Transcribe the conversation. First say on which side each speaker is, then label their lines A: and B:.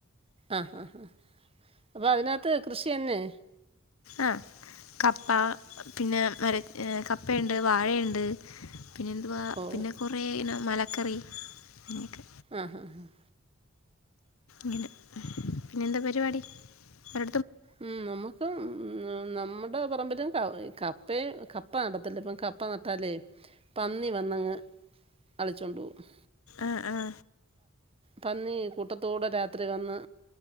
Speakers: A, on the right (about 25°); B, on the left (about 70°).
A: ആഹ ആ ആാ അപ്പൊ അതിനകത്ത് കൃഷിയന്നെ
B: ആഹ കപ്പ പിന്നെ മര കപ്പയുണ്ട് വാഴയുണ്ട് പിന്നെ എന്തുവാ
A: ഓ
B: പിന്നെ കുറേ ഇനം മലക്കറി അങ്ങനെയൊക്കെ
A: ആഹ ഹഹ ആഹ
B: ഇങ്ങെ പിന്നെ എന്താ പരിപാടി അവ
A: ഉം നമ്മുക്ക് ഉ നമ്മുടെ പറമ്പിലും കവു ക പ്പേ കപ്പ നടത്തില്ല ഇപ്പ കപ്പ നട്ടാലേ പന്നി വന്നങ് കളിച്ചോണ്ട് പോവും
B: ആഹ ആഹ
A: പന്നി കൂട്ടത്തൂടെ രാത്രി വന്ന്